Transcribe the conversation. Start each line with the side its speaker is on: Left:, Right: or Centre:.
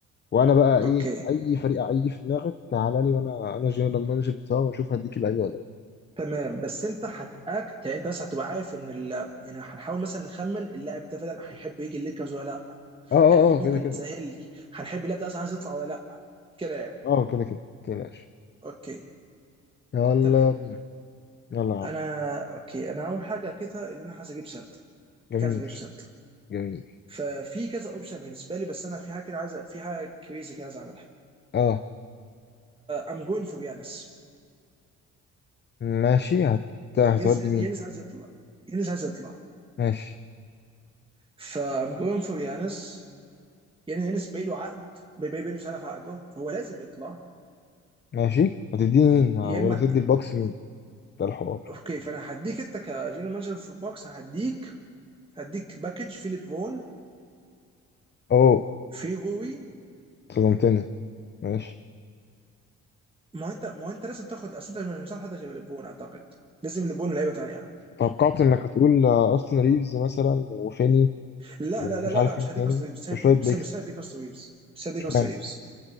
Left: وانا بقى ايه
Right: اوكي
Left: اي فريق اي في دماغك تعالى لي وانا انا جنرال مانجر بتاعه واشوف هديك اللعيبه ولا لا
Right: تمام بس انت هتاكت يعني انت بس هتبقى عارف ان ال... يعني هنحاول مثلا نخمن اللاعب ده فعلا هيحب يجي الليكرز ولا لا
Left: اه اه
Right: يعني ممكن
Left: اه كده كده
Right: تسهل لي هنحب اللاعب ده اصلا عايز يطلع ولا لا كده يعني
Left: اه كده كده متقلقش
Right: اوكي
Left: يلا
Right: تمام
Left: بينا يلا يا عم
Right: انا اوكي انا اول حاجه كده ان انا عايز اجيب سنتر
Left: جميل
Right: عايز اجيب سنتر
Left: جميل
Right: ففي كذا اوبشن بالنسبه لي بس انا في حاجه كده عايز في حاجه كريزي كده عايز اعملها
Left: اه
Right: ام جوين فور يانس
Left: ماشي هت... هتودي
Right: يانس يانس
Left: مين
Right: عايز يطلع يانس عايز يطلع
Left: ماشي
Right: فام جوين فور يانس يعني يانس باقي له عقد باقي له سنه في عقده فهو لازم يطلع
Left: ماشي هتديني مين ما
Right: يا
Left: ولا
Right: اما
Left: هتدي الباكس مين ده الحوار
Right: اوكي فانا هديك انت كجنرال مانجر في البوكس هديك هديك باكج في ليبرون
Left: اوه
Right: في روي
Left: صدمتني ماشي
Right: ما هو انت ما هو انت لازم تاخد اصل انت مش هتاخد حد غير ليبرون اعتقد لازم ليبرون ولعيبه تانيه
Left: توقعت انك هتقول آه، اوستن ريفز مثلا وفيني
Right: لا
Left: ومش
Right: لا لا لا,
Left: عارف
Right: لا مش
Left: مين
Right: هديك
Left: تاني
Right: راست ريفز
Left: وشوية
Right: مش
Left: بيكس
Right: مش هديك راست ريفز مش هديك
Left: اشمعنى
Right: راست ريفز